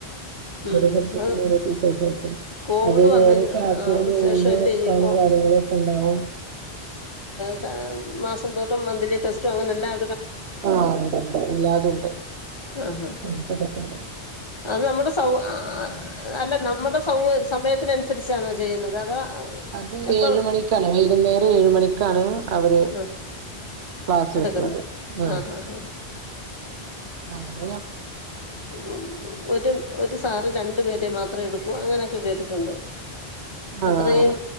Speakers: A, on the left (about 25°); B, on the right (about 80°).
A: ഉം
B: ഓരോ സബ്ജക്ടും
A: അത്
B: ഓരോ ടീച്ചേഴ്സെടുക്കും
A: കോവിഡ്
B: അത്
A: വന്നതിന്
B: ഓരോ ചാപ്റ്റർ
A: ആഹ്
B: കഴിയുമ്പോ
A: ശേഷല്ലേ
B: എക്സാമ്
A: ഈ ഓ
B: കാര്യങ്ങളൊക്കെ ഉണ്ടാവും
A: ഏ മാസം തോട്ടും മന്ത്ലി ടെസ്റ്റും അങ്ങനെ എല്ലാം
B: ആ ഇണ്ടിണ്ട് എല്ലാതും ഉണ്ട്
A: ആഹ് ആഹ്
B: അങ്ങനെത്തെ ഇതെക്കെണ്ട്
A: അത് നമ്മുടെ സൗ ആ അല്ല നമ്മടെ സൗ സമയത്തിനനുസരിച്ച് തിരിച്ചാണോ ചെയ്യുന്നത് അതോ
B: അത്
A: എപ്പ
B: ഏഴ്മണിക്കാണ് വൈകുന്നേരം ഏഴ്മണിക്കാണ് അവര്
A: ആഹ്
B: ക്ലാസ്
A: എടുക്കുന്നു
B: വെക്കുന്നത് ഉ
A: ആഹ് ആഹ് ആഹ്
B: അങ്ങനെ
A: ഉ ഒരു ഒരു സാറ് രണ്ടു പേരെ മാത്രേ എടുക്കൂ അങ്ങനെയൊക്കെ കേട്ടിട്ടുണ്ട്
B: ആഹ്
A: അത്രയും